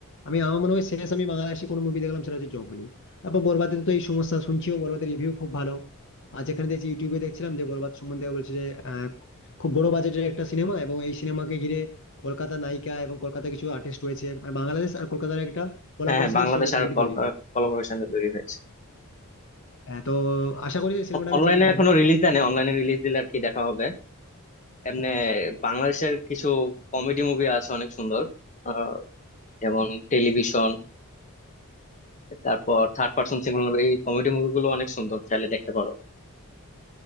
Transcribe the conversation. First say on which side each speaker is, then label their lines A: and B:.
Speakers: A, on the left; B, on the left.
A: আমি আমার মনে হয় শেষ আমি বাংলাদেশি কোনো মুভি দেখলাম সেটা হচ্ছে জঙ্গলি তারপর বরবাদে তো এই সমস্যা শুনছিও বরবাদের রিভিউ খুব ভালো আর যেখানে দেখছি ইউটিউবে দেখছিলাম যে বরবাদ সম্বন্ধে বলছে যে আহ, খুব বড় বাজেটের একটা সিনেমা এবং এই সিনেমাকে ঘিরে কলকাতা নায়িকা এবং কলকাতা কিছু আর্টিস্ট রয়েছে মানে বাংলাদেশ আর কলকাতার একটা কোলাবোরেশনের
B: হ্যাঁ হ্যাঁ, বাংলাদেশ
A: ছবিটি
B: আর
A: তৈরি হয়েছে
B: কোলাবোরেশনে তৈরি হয়েছে
A: হ্যাঁ তো আশা করি এই সিনেমাটা আমি
B: অনলাইনে
A: দেখতে পাবো
B: এখনো রিলিজ দেয় না অনলাইনে রিলিজ দিলে আর কি দেখা হবে এমনি বাংলাদেশের কিছু কমেডি মুভি আছে অনেক সুন্দর আহ, যেমন টেলিভিশন তারপর থার্ড পার্সন সিঙ্গল এই কমেডি মুভিগুলো অনেক সুন্দর চাইলে দেখতে পারো